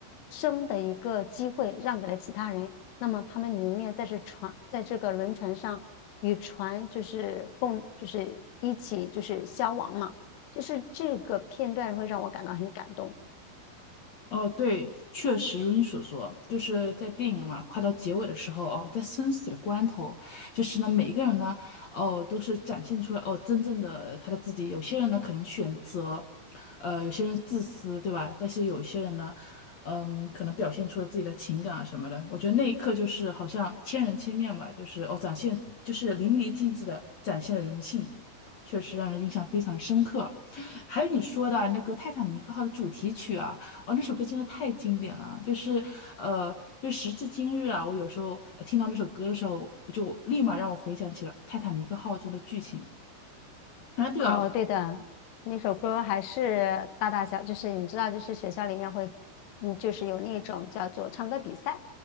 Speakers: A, on the left (about 85°); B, on the left (about 70°).
A: 生的一个机会让给了其他人，那么他们宁愿在这船在这个轮船上与船就是共就是一起就是消亡嘛。就是这个片段会让我感到很感动。
B: 哦，对，确实如你所说，就是在电影嘛，快到结尾的时候哦，在生死的关头，就是呢，每一个人呢，哦，都是展现出来哦，真正的他的自己。有些人呢，可能选择，呃，有些人自私，对吧？但是有些人呢，嗯，可能表现出了自己的情感啊什么的。我觉得那一刻就是好像千人千面吧，就是哦，展现就是淋漓尽致的展现了人性，确实让人印象非常的深刻。还有你说的那个《泰坦尼克号》的主题曲啊，哦，那首歌真的太经典了，就是呃，就时至今日啊，我有时候呃听到那首歌的时候，就立马让我回想起了《泰坦尼克号》中的剧情。啊，对啊，
A: 哦，对的，那首歌还是大大小，就是你知道，就是学校里面会，嗯，就是有那种叫做唱歌比赛，